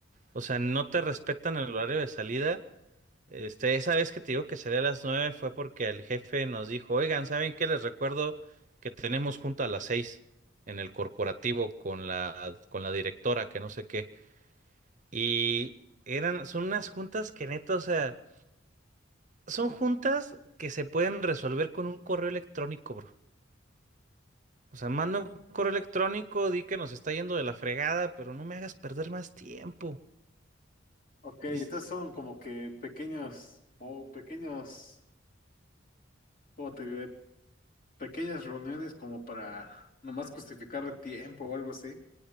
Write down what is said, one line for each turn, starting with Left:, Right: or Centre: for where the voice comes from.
Right: O sea, no te respetan el horario de salida. Este, esa vez que te digo que salía a las nueve fue porque el jefe nos dijo, oigan, ¿saben qué? Les recuerdo que tenemos junta a las seis en el corporativo con la, con la directora, que no sé qué. Y eran, son unas juntas que neta, o sea, son juntas que se pueden resolver con un correo electrónico, bro. O sea, manda un correo electrónico, di que nos está yendo de la fregada, pero no me hagas perder más tiempo.
Left: Ok, entonces
Right: Y es-
Left: son como que pequeños, o pequeños, ¿cómo te diré? pequeñas reuniones como para nomás justificar el tiempo o algo así.